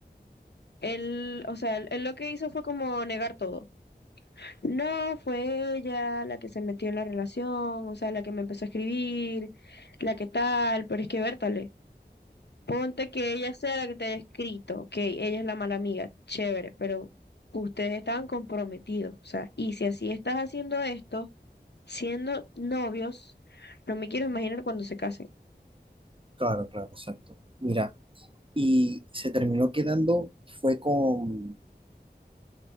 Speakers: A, on the left; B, on the right.
A: él, o sea, él, él lo que hizo fue como negar todo. No, fue ella la que se metió en la relación, o sea, la que me empezó a escribir, la que tal, pero es que Bertale. Ponte que ella sea la que te haya escrito, ok, ella es la mala amiga, chévere, pero ustedes estaban comprometidos, o sea, y si así estás haciendo esto, siendo novios, no me quiero imaginar cuando se casen.
B: Claro, claro, exacto. Mira, y se terminó quedando, fue con,